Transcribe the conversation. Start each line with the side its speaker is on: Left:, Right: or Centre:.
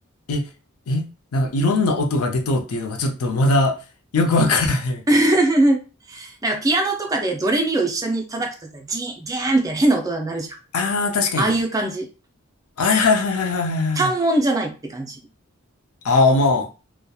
Left: え、え、なんかいろんな音が出とうっていうのがちょっとまだよくわからへん。
Right: <laughs> なんかピアノとかでドレミを一緒に叩くとさ、ジーン、ジャーンみたいな変な音になるじゃん。
Left: ああ、確かに。
Right: ああいう感じ。
Left: はいはいはいはいはいはいはい。
Right: 単音じゃないって感じ。
Left: ああ、ま